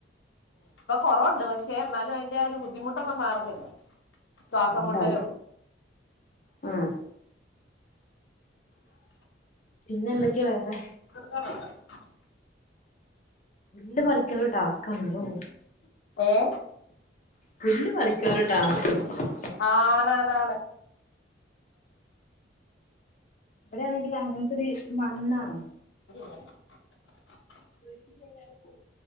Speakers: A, on the left; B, on the left.
A: ഇപ്പൊ കൊറവുണ്ട് പക്ഷേ പക്ഷേ, എന്നാലും അതിന്റെ ആയൊരുബുദ്ധിമുട്ടൊന്നും മാറുന്നില്ല ശ്വാസംമുട്ടലും
B: അതുണ്ടാവും ആഹ് പിന്നെയെന്തൊക്കെയാ വേറെ
A: <inaudible>
B: പുല്ല് പറിക്കലൊരു ടാസ്കാണല്ലോ
A: ഏ..
B: പുല്ല് പറിക്കലൊരു ടാസ്ക്കാണല്ലോ
A: ആ.. ആണാണാണ്
B: ഇവിടെയാണെങ്കില് അങ്ങനത്തൊരു മണ്ണാണ്.
A: <unintelligible>
B: കൃഷിക്ക് എല്ലായിടത്തും